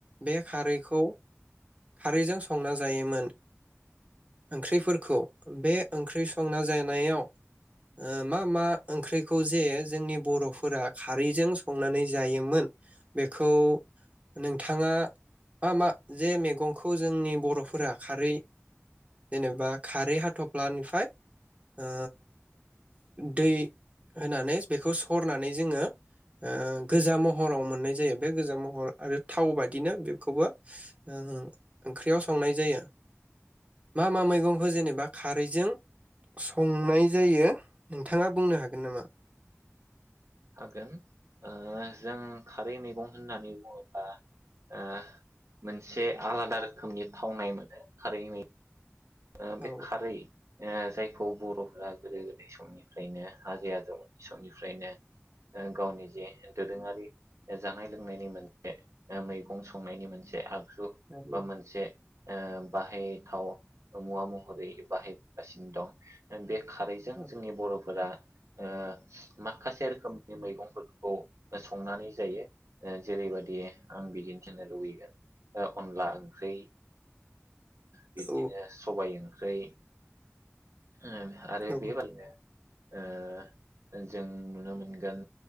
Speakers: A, on the right (about 30°); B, on the right (about 80°).
A: बे खारैखौ खारैजों संना जायोमोन ओंख्रिफोरखौ बे ओंख्रि संना जानायाव ओ मा मा ओंख्रिखौ जे जोंनि बर'फोरा खारैजों संनानै जायोमोन बेखौ नोंथाङा मा मा जे मैगंखौ जोंनि बर'फोरा खारै जेनेबा खारै हाथ थफ्लानिफ्राय ओ दै होनानै बेखौ सरनानै जोङो ओ गोजा महराव मोननाय जायो बे गोजा महर आरो थाव बायदिनो बेखौबो ओ ओंख्रियाव संनाय जायो मा मा मैगंखौ जेनेबा खारैजों संनाय जायो नोंथाङा बुंनो हागोन नामा
B: हागोन ओ जों खारै मैगं होननानै बुङोब्ला ओ मोनसे आलादा रोखोमनि थावनाय मोनो खारै मै ओ
A: औ
B: बे खारै ओ जायखौ बर'फोरा गोदो गोदाय समनिफ्रायनो आजै आजौनि समनिफ्रायनो ओ गावनि जे दोरोङारि जानाय लोंनायनि मोनसे मैगं सम संनायनि मोनसे आगजु
A: हायो
B: बा मोनसे ओ बाहायथाव। मुवा महरै बाहायगासिनो दं बे खारैजों
A: औ
B: जोंनि बर'फोरा ओ माखासे रोखोमनि मैगंफोरखौ संनानै जायो ओ जेरैबायदि आं बिदिन्थि होनो लुबैगोन। ओ अनला ओंख्रि ओ। बिदिनो
A: औ
B: सबाइ ओं ख्रै। ओं आरो
A: औ
B: बेबायदिनो ओ जों नुनो मोनगोन